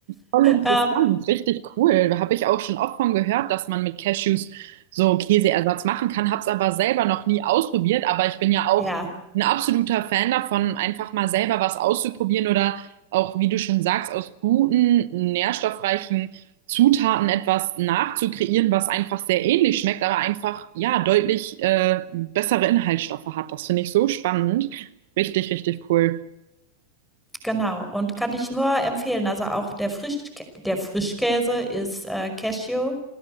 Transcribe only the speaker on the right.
Voll interessant,
richtig cool. Da habe ich auch schon oft von gehört, dass man mit Cashews so Käseersatz machen kann, habe es aber selber noch nie ausprobiert. Aber ich bin ja auch
ein absoluter Fan davon, einfach mal selber was auszuprobieren oder auch, wie du schon sagst, aus guten, nährstoffreichen Zutaten etwas nachzukreieren, was einfach sehr ähnlich schmeckt, aber einfach, ja, deutlich äh, bessere Inhaltsstoffe hat. Das finde ich so spannend. Richtig, richtig cool.